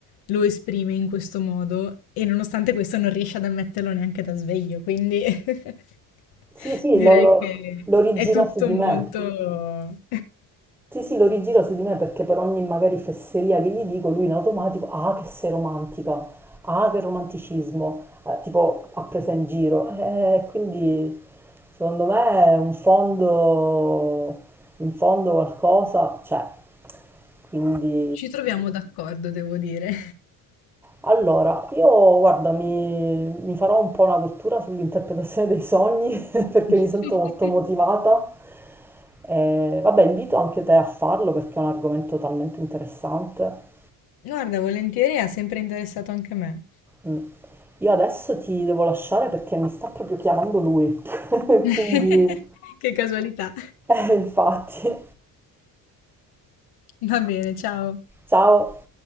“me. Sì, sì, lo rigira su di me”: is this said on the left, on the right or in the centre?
Centre